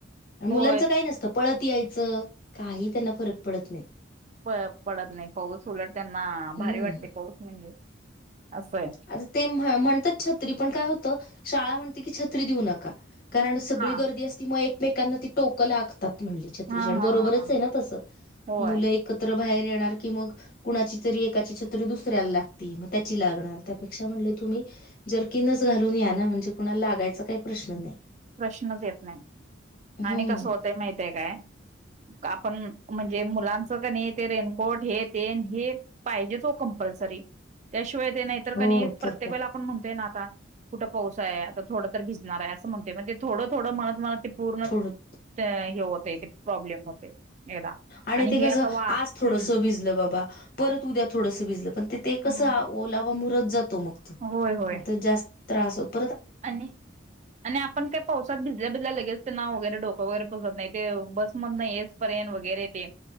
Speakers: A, on the left; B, on the right.
A: आणि मुलांचं
B: होय
A: काय नसतं पळत यायचं काही त्यांना फरक पडत नाही
B: प पडत नाही पाऊस उलट त्यांना
A: हम्म
B: भारी वाटते पाऊस म्हणजे. असंय
A: आता ते म्हणतात छत्री पण काय होतं शाळा म्हणते की छत्री देऊ नका कारण सगळी
B: हा
A: गर्दी असती मग एकमेकांना ती टोकं लाग म्हणता म्हणली छत्रीजण
B: हा हा
A: बरोबरच
B: हा हा.
A: आहे ना तसं
B: होय
A: मुलं एकत्र बाहेर येणार म कुणाची तर एकाची छत्री दुसऱ्याला लागती मग त्याची लागणार. त्यापेक्षा म्हणले तुम्ही जरकीिनच घालून या ना म्हणजे कुणाला लागायचा काही प्रश्न नाही.
B: प्रश्नच येत नाही
A: हम्म
B: आणि कस होतय माहितय काय? पण म्हणजे मुलांचं क नाही ते रेनकोट हे तेन हे पाहिजेच हो कंपल्सरी. त्याशिवाय ते नाही तर
A: हो
B: क प्रतेक
A: तर काय
B: वेळला आपण म्हणतोय ना आता कुठ पाऊस आहे, आता थोड भिजणार असं म्हण तोय म्हजे थोड थोडं म्हणत म्हणत ते
A: थोडच
B: हे होतय ते प्रॉब्लेम होतय एकदा.
A: आणि ते कसं
B: हे आता वा
A: आज
B: हम्म
A: थोडस भिजलं बाबा परत उद्या थोडस भिजलं पण ते ते कसं
B: हम्म
A: ओ लावा मुरत जातो तो
B: होय होय
A: मग तो जास्त त्रास होतो.
B: आणि आणि आपण काय पावसात भिजल्या भिजल्या लगेच ना वगैरे डोकं वगैरे पुसत नाही, ते बस मध नाही येस पर्यंत वगैरे ते